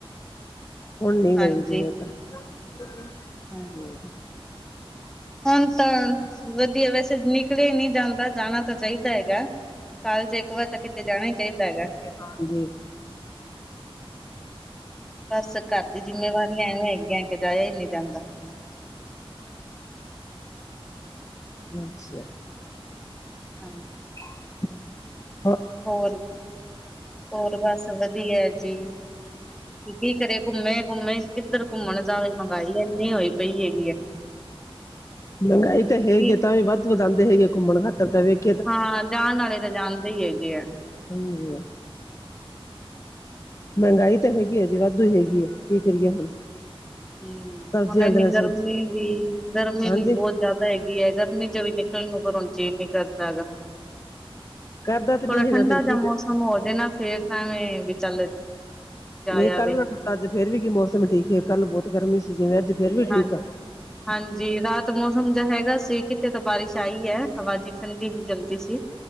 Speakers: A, on the left; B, in the centre.
A: ਹੁਣ ਨੀ
B: ਹਾਂਜੀ
A: ਗਈ ਜਿਵੇਂ ਤਾਂ ਹ
B: ਹਾਂ ਹੁਣ ਤਾਂ ਵਧੀਆ ਵੈਸੇ ਨਿਕਲੇਆ ਹੀ ਨਹੀਂ ਜਾਂਦਾ ਜਾਣਾ ਤਾਂ ਚਾਹੀਦਾ ਹੈਗਾ। ਸਾਲ ਚ ਇੱਕ ਵਾਰ ਤਾਂ ਕਿਤੇ ਜਾਣਾ ਹੀ ਚਾਹੀਦਾ ਹੈਗਾ।
A: ਹਾਂਜੀ।
B: ਬਸ ਘਰ ਦੀ ਜਿੰਮੇਵਾਰ ਐਵੇਂ ਹੈਗ ਐ ਕੇ ਜਾਇਆ ਹੀ ਨਹੀਂ ਜਾਂਦਾ।
A: ਅੱਛਾ।
B: ਹਾਂਜੀ।
A: <inaudible>
B: ਹੋਰ ਹੋਰ ਬਸ ਵਧੀਆ ਜੀ। ਕੀ ਕਰੇ ਘੁੰਮੇ, ਘੁੰਮੇ ਕਿੱਧਰ ਘੁੰਮਣ ਜਾਵੇ ਮਹਿੰਗਾਈ ਇੰਨੀ ਹੋਈ ਪਈ ਏ।
A: ਮਹਿੰਗਾਈ ਤਾਂ ਹੈਗੀ
B: ਕਿ
A: ਤਾਂ ਵੀ ਵੱਧ ਵਧਾਉਂ ਜਾਦੇ ਹੈਗੇ ਆ ਘੁੰਮਣ ਖਾਤਰ ਤਾਂ ਵੇਖ
B: ਹਾਂ ਜਾਣ ਵਾਲੇ ਤਾਂ ਜਾਣਦੇ ਹੀ ਹੈਗੇ ਆ।
A: <unintelligible> ਮਹਿੰਗਾਈ ਤਾਂ ਹੈਗੀ ਹੈ ਜੇ ਵਾਧੂ ਹੈਗੀ ਹੈ ਕੀ ਕਰੀਏ ਹੁਣ।
B: ਹਮ
A: ਸਬਜ਼ੀ
B: ਉਹੁਣੇ
A: ਵਾਲੇ ਦਿਨ ਸਬਜ਼ੀ
B: ਗਰਮੀ ਵੀ ਗਰਮੀ
A: ਹਾਂਜੀ
B: ਵੀ ਬਹੁਤ ਜ਼ਿਆਦਾ ਹੈਗੀ ਹੈ ਗਰਮੀ ਚ ਵੀ ਨਿਕਲਣ ਨੂੰ ਪਰੁਣ ਚੇਨ ਨੀ ਕਰਦਾ ਹੈਗਾ।
A: ਕਰਦਾ ਤੇ
B: ਥੋੜਾ
A: ਨਹੀਂ ਹੈਗਾ
B: ਠੰਡਾ
A: ਫੇਰ ਕੀ
B: ਜ
A: ਕਰ
B: ਮੌਸਮ ਹੋ ਜਾਣਾ ਫੇਰ ਤਾਂ ਐਵੇਂ ਵੀ ਚੱਲ ਜਾਇਆ
A: ਨਹੀਂ ਕੱਲ੍ਹ
B: ਵੇ
A: ਅੱਜ ਫੇਰ ਵੀ ਕੀ ਮੌਸਮ ਠੀਕ ਹੈ ਕੱਲ ਬਹੁ ਗਰਮੀ ਸੀ ਜਿਵੇਂ ਅੱਜ ਫੇਰ ਵੀ ਠੀਕ
B: ਹਾਂ
A: ਆ।
B: ਹਾਂਜੀ ਰਾਤ ਮੌਸਮ ਜ ਹੈਗਾ ਸੀ ਕਿਤੇ ਤਾਂ ਬਾਰਿਸ਼ ਆਈ ਹੈ ਹਵਾ ਜਿ ਠੰਡੀ ਜਿਹੀ ਚਲਦੀ ਸੀ।